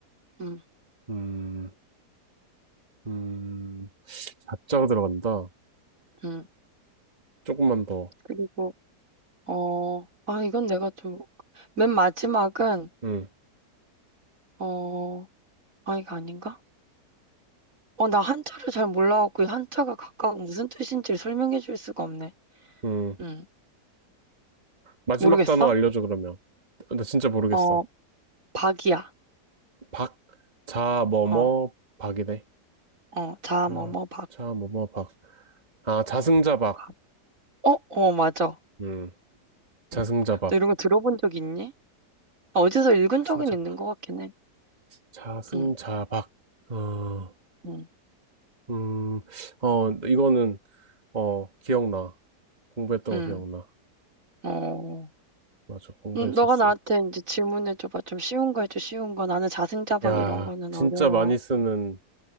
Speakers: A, on the right; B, on the right.
A: 음,
B: 음. 음, 자자가 들어간다.
A: 음.
B: 조금만 더.
A: 그리고 어, 아, 이건 내가 좀, 맨 마지막은,
B: 음,
A: 어, 아, 이거 아닌가? 어, 나 한자를 잘 몰라갖고, 이 한자가 각각 무슨 뜻인지를 설명해 줄 수가 없네.
B: 음.
A: 음
B: 마지막
A: 모르겠어?
B: 단어 알려줘, 그러면. 나 진짜 모르겠어.
A: 어, 박이야.
B: 박, 자, 뭐, 뭐,
A: 어,
B: 박이네.
A: 어, 자,
B: 자,
A: 뭐, 뭐, 박,
B: 자, 뭐, 뭐, 박. 아, 자승자박.
A: 박. 어, 어, 맞아.
B: 음, 자승자박.
A: 응. 너 이런 거 들어본 적 있니? 어디서 읽은
B: 자승자박.
A: 적은 있는 것 같긴 해.
B: 자승자박.
A: 응,
B: 어,
A: 응,
B: 음, 어, 이거는, 어, 기억나. 공부했던
A: 응,
B: 거 기억나.
A: 어.
B: 맞아, 공부했었어요.
A: 음, 너가 나한테 이제 질문해줘봐. 좀 쉬운 거 해줘, 쉬운 거. 나는 자승자박
B: 야,
A: 이런 거는
B: 진짜
A: 어려워.
B: 많이 쓰는,